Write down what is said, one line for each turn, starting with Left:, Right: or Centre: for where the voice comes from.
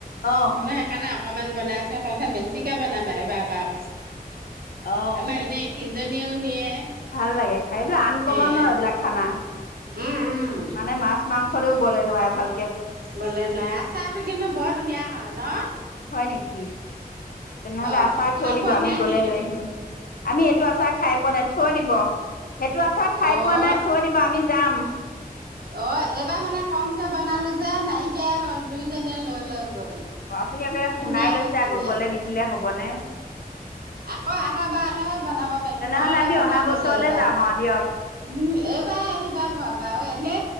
Left: অ
Right: বোলো সেইকাৰণে অকনমান বনাইছো, কৈছে বেছিকে বনাবা এইবাৰপা <unintelligible>
Left: অ
Right: আমাৰ এনেই, সিজনীয়েও নিয়ে।
Left: ভাল লাগে খাই এইটো আনকমন
Right: সেয়া
Left: ন' এইবিলাক খানা
Right: উম উম
Left: মানে মাছ মাংসৰেও বলে নোৱাৰে ভাল
Right: বোলে নোৱাৰে আচাৰটো কিন্তু বৰ ধুনীয়া হয় ন?
Left: হয় নেকি? তেনেহলে
Right: অ
Left: আচাৰ
Right: খাই
Left: থৈ দিব
Right: পোৱা
Left: আমি
Right: নাই
Left: গলে
Right: নেকি
Left: লৈ আহিম, আমি এইটো আচাৰ খাই পোৱা নাই থৈ দিব সেইটো আচাৰ খাই
Right: অ
Left: পোৱা নাই থৈ দিব আমি যাম।
Right: অ এইবাৰ মানে কমকে বনালো যে নাইকিয়াই হ'ল দুইজনীয়ে লৈ লৈ গল।
Left: অ আপুনি এ কেলে
Right: ধুনীয়া
Left: শুনাই লৈছে
Right: হৈছিলে।
Left: আকৌ গলে নিদিলে হবনে?
Right: আকৌ আহা বাৰলৈহে বনাব পাৰিম
Left: তেনেহলে
Right: খৰকে
Left: আমি
Right: বনাম
Left: অহা বছৰলে
Right: বোলে এইবাৰ।
Left: যাম
Right: উম
Left: আৰু দিয়ক
Right: এইবাৰ আহিবা ভ বাৰু এনে